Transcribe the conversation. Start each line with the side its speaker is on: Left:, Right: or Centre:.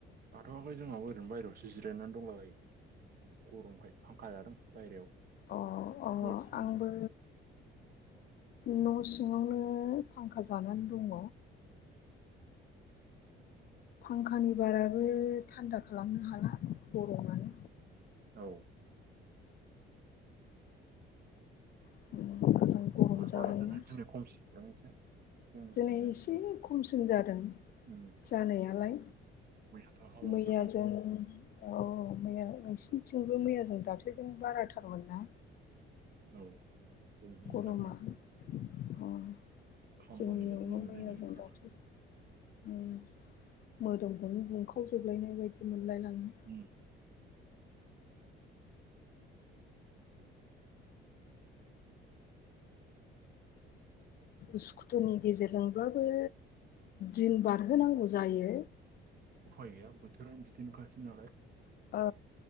Right: जाथ'आखै जोंहाबो ओरैनो बायेरायावसो जिरायनानै दंलाबायो गरमखाय फांखा जादों बायहेरायाव।
Left: अ अ
Right: न' सिङाव
Left: आंबो न' सिङावनो फांखा जानानै दङ। फांखानि बाराबो थान्दा खालामनो हाला गरमानो
Right: औ।
Left: <inaudible>
Right: गर'मानो
Left: जाबायना
Right: बारा थारना दिनै खमसिनदां एसे जोंनिथिंजाय
Left: दिनै एसे खमसिन जादों
Right: उम
Left: जानायालाय
Right: मैयाथ' हावा
Left: मैया
Right: जादों
Left: जों औ मैया नोंसिनिथिंबो मैयाजों दाख्लैजों बाराथारमोन ना?
Right: औ। खम हमथारमोन
Left: गरमा अह
Right: खामलावनाय
Left: जोंनिआवबो
Right: बायदि मोनलायबाय
Left: मैया जों
Right: ओंखारबा
Left: दाख्लैजों ओं मोदोमखौनो गुंखावजोबलायनाय बायदि मोनलायलाङो।
Right: उम
Left: उसुखुथुनि गेजेरजोंब्लाबो दिन बारहोनांगौ जायो
Right: उफाय गैया बोथोरानो बिदिनोखासै नालाय।
Left: ओ